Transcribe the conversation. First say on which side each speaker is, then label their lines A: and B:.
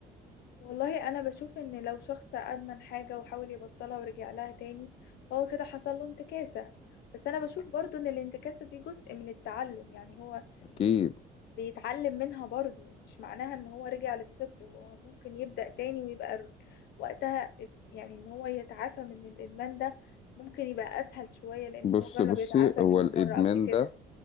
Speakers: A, on the left; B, on the left.
A: والله انا بشوف ان لو شخص ادمن حاجة وحاول يبطلها ورجع لها تاني فهو كده حصل له انتكاسة بس انا بشوف برضو ان الانتكاسة دي جزء من التعلم يعني هو
B: وأكيد
A: بيتعلم منها برضو مش معناها ان هو رجع للصفر هو ممكن يبدأ تاني ويبقى ر- وقتها يعني ان هو يتعافى من الادمان ده ممكن يبقى اسهل شوية لان
B: بص
A: هو جرب
B: بصي
A: يتعافى
B: هو
A: منه
B: الإدمان
A: مرة قبل كده
B: ده